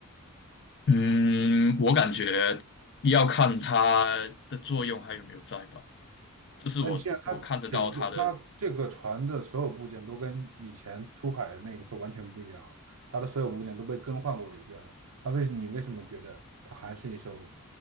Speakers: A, on the left; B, on the right.
A: 嗯，我感觉要看它的作用还有没有在吧，这是我我看得到它的，
B: 但既然它整个它这个船的所有部件都跟以前出海的那个时候完全不一样了，它的所有部件都被更换过一遍了，它为你为什么觉得它还是一艘